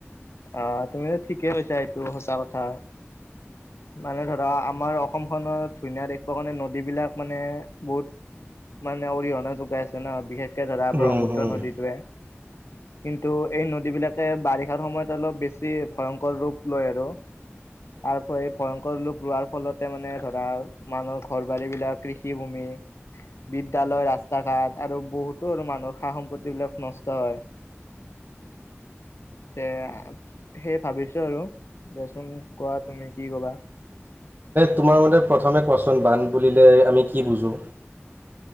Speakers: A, on the left (about 70°); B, on the right (about 40°).
A: অ তুমিয়ো ঠিকেই কৈছা এইটো সঁচা কথা মানে ধৰা আপ আমাৰ অসমখনত ধুনীয়া দেশ কাৰণে নদী বিলাক মানে বহুত মানে অৰিহণা যোগাই আছে ন বিশেষ ধৰা
B: এনে
A: ব্ৰহ্মপুত্ৰ নদীটোৱে কিন্তু এই নদীবিলাকে বাৰিষাৰ সময়ত বেছি ভয়ংকৰ ৰূপ লৈ আৰু <unintelligible> ভয়ংকৰ লোপ লোৱাৰ ফলতে মানে ধৰা মানুহৰ ঘৰ বাৰী বিলাক কৃষিভূমি বিদ্যালয় ৰাস্তা ঘাট আৰু বহুতো মানুহৰ সা সম্পত্তি বিলাক নষ্ট হয় তে সেই ভাবিছো আৰু দিয়াচোন কোৱা তুমি কি কবা
B: তোমাৰ মতে প্ৰথমে কোৱাচোন বান্ধ বুলিলে আমি কি বুজোঁ